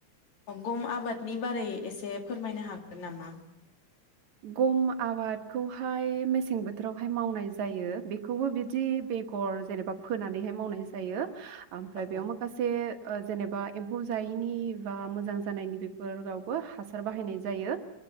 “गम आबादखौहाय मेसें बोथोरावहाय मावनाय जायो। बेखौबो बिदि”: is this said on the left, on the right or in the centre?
Right